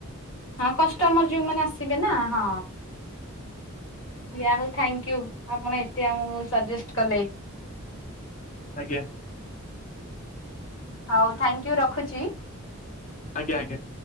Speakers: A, on the left; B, on the left.
A: ହଁ କଷ୍ଟମର ଯୋଉମାନୋନ ଆସିବେ ନା ହଁ ଦା ହଉ ଥ୍ୟାଙ୍କୟୁ। ଆପଣ ଏତେ ଆମ ସଜେଷ୍ଟ କଲେ।
B: ଆଜ୍ଞା।
A: ହଉ ଥ୍ୟାଙ୍କୟୁ। ରଖୁଛି।
B: <inaudible> ଆଜ୍ଞା ଆଜ୍ଞା।